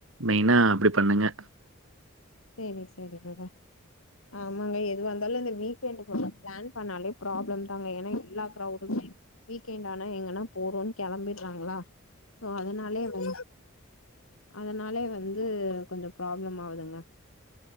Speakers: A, on the right (about 65°); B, on the left (about 75°).
A: மெயினா அப்டி பண்ணுங்க
B: செரி செரிங்க ஆமாங்க எதுவ வந்தாலு இந்த வீக்என்டு பிளான் பண்ணாலு ப்ராப்ளம் தாங்க ஏன்னா எல்லா க்ரௌடும்மே வீக்எண்ட் ஆனா எங்கன்னா போறோன்னு கிளம்பிடுறாங்களா சோ அதனாலே இப்ப அதனாலே வந்து கொஞ்ச ப்ராப்ளம் ஆகுதுங்க